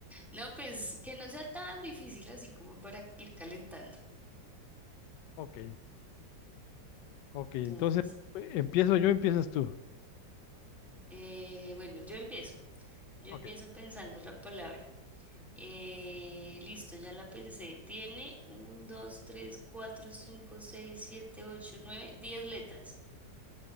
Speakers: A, in the centre; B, on the left.
A: No, pues que no sea tan difícil así como para ir calentando.
B: Ok, ok. Entonces,
A: Entonces,
B: eh, ¿empiezo yo empiezas tú?
A: eh, bueno, yo empiezo. Yo
B: Ok,
A: empiezo pensando la palabra. Eh, listo, ya la pensé. Tiene un, dos, tres, cuatro, cinco, seis, siete, ocho, nueve, diez letras.